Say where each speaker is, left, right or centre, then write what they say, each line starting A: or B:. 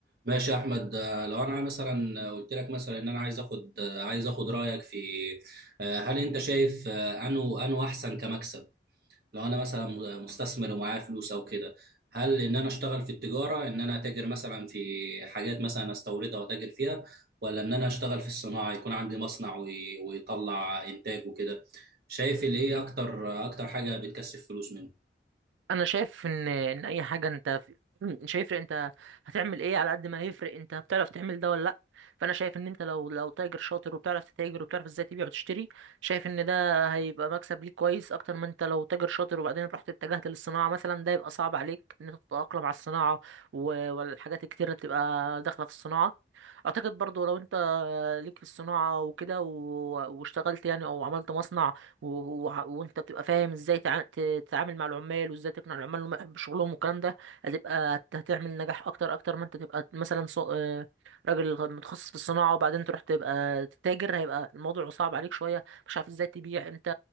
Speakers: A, on the right; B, on the right.
A: ماشي يا احمد آه، لو انا مثلا قلت لك مثلا ان انا عايز اخد آه، عايز اخد رايك في آه، هل انت شايف آه، انه انه احسن كمكسب لو انا مثلا مستثمر ومعايا فلوس او كده هل ان انا اشتغل في التجاره ان انا اتاجر مثلا في حاجات مثلا استوردها واتاجر فيها ولا ان انا اشتغل في الصناعه يكون عندي مصنع وي- ويطلع انتاج وكده شايف اللي ايه اكتر آه، اكتر حاجه بتكسب فلوس منه
B: انا شايف ان ان اي حاجه انت في- مش هيفرق انت هتعمل ايه على قد ما هيفرق انت بتعرف تعمل ده ولا لا فانا شايف ان انت لو لو تاجر شاطر وبتعرف تتاجر وبتعرف ازاي تبيع وتشتري شايف ان ده هيبقى مكسب ليك كويس اكتر ما انت لو تاجر شاطر وبعدين رحت اتجهت للصناعه مثلا ده يبقى صعب عليك ان انت تتاقلم على الصناعه و- والحاجات الكتير اللي بتبقى داخله في الصناعه اعتقد برضو لو انت ليك في الصناعه وكده و- واشتغلت يعني او عملت مصنع و- و- وانت بتبقى فاهم ازاي تع- ت- تتعامل مع العمال وازاي تقنع العمال انهم يحبوا شغلهم والكلام ده هتبقى هت- هتعمل نجاح اكتر اكتر ما انت تبقى مثلا ص- آه، راجل متخصص في الصناعه وبعدين تروح تبقى تتاجر هيبقى الموضوع صعب عليك شويه مش عارف ازاي تبيع امتى